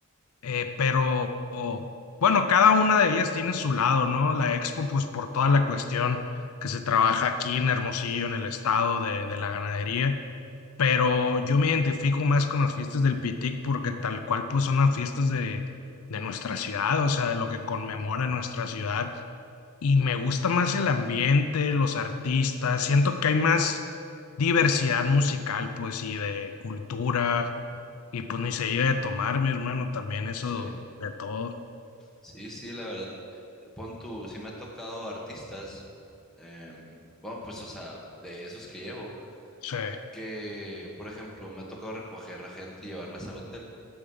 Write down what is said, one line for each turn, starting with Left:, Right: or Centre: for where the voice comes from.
Left: eh, pero o- bueno, cada una de ellas tiene su lado, ¿no? La Expo, pues por toda la cuestión que se trabaja aquí en Hermosillo, en el estado de, de la ganadería, pero yo me identifico más con las fiestas del Pitic porque tal cual, pues son las fiestas de, de nuestra ciudad, o sea, de lo que conmemora nuestra ciudad y me gusta más el ambiente, los artistas, siento que hay más diversidad musical, pues, y de cultura, y pues ni se diga de tomar, mi hermano, también eso
Centre: Sí,
Left: de todo.
Centre: sí, sí, la verdad. Pon tú, sí me ha tocado artistas. em, bueno, pues, o sea, de esos que llevo,
Left: Sí,
Centre: que, por ejemplo, me ha tocado recoger a gente y llevarlas al hotel.